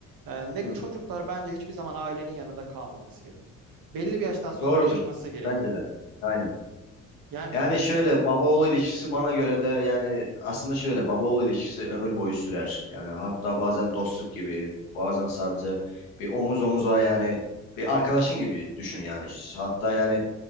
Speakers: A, on the right (about 55°); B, on the left (about 85°).
A: Ee, ne
B: Hı.
A: çocuklar bence hiçbir zaman ailenin yanında kalmaması gerekiyor. Belli bir yaştan sonra
B: Doğrudur.
A: çıkması gerekiyor.
B: Bence de. Aynen.
A: Yani
B: Yani şöyle baba oğul ilişkisi bana göre de yani aslında şöyle baba oğul ilişkisi ömür boyu sürer. Yani hatta bazen dostluk gibi bazen sadece bir omuz omuza yani bir arkadaşın gibi düşün yani. Hatta yani